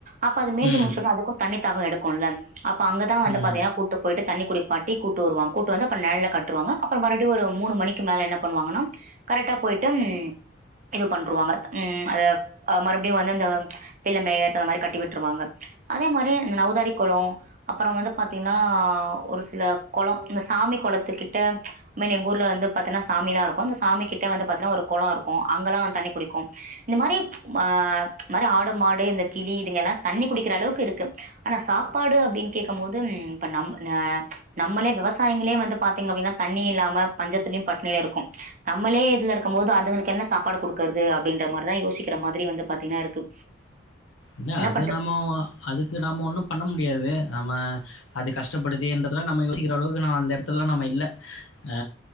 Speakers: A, on the right (about 40°); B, on the left (about 85°).
A: அப்ப அது மேஞ்சு
B: ம்.
A: முடிச்சொன்னெ அதுக்கு தண்ணி தாகோ எடுக்குல்ல அப்ப அங்கதா வந்து
B: ம்,
A: பாத்திங்னா கூட்டு பொய்ட்டு தண்ணி குடிப்பாட்டி கூட்டு வருவாங் கூட்டுவந்து அப்ற நெழல்ல கட்டுவாங்க அப்ற மறொடியு ஒரு மூணு மணிக் மேல என்ன பண்ணுவாங்கனா கரெட்டா போய்ட்டு ம் இது பண்ட்ருவாங்க ம் அத் அ மற்படியு வந்து இந்த பில்லு மேய அந்த மாரி கட்டி விட்ருவாங்க அதே மாரி இந்த நெளதாரி கொளோ அப்றோ வந்து பாத்தீங்னா ஒரு சில கொளோ இந்த சாமி கொளத்துக்கிட்ட மைனி எங்கூர்ல வந்து பாத்தன்னா சாமிலா இர்க்கு அந்த சாமி கிட்ட வந்து பாத்தின்னா ஒரு கொளோருக்கு அங்கல்லா வன் தண்ணி குடிக்கு இந்த மாரி ஆ மாரி ஆடு மாடு இந்த கிளி இதுங்கல்லா தண்ணி குடிக்கிற அளவுக்கிருக்கு ஆனா சாப்பாடு அப்டின் கேக்கம்போது ம் இப்ப நம் ஆ நம்மளே விவ சாயிங்ளே வந்து பாத்தீங்க அப்டின்னா தண்ணி இல்லாம பஞ்சத்லியு பட்னிலருக்கோ நம்மளே இதுல இர்க்கம்போது அதுங்களுக்கென்ன சாப்பாடு குடுக்கற்து அப்டின்ற மார்தா யோசிக்கிற மாத்ரி வந்து பாத்தீங்னா இருக்கு
B: இல்ல
A: என்ன
B: அது
A: பண்ற
B: நம்மோ அதுக்கு நம்ம ஒண்ணு பண்ண முடியாது நம்ம அது கஷ்டப்படுதேன்றதலா நம்ம யோசிக்கிற அளவுக்கு நா அந்த எடத்துல நாம இல்ல ஆ